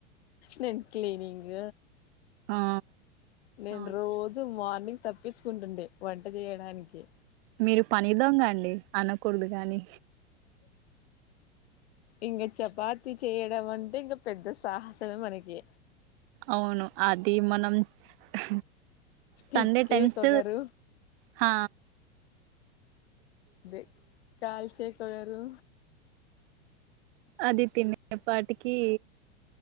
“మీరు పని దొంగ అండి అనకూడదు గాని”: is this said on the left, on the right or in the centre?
Right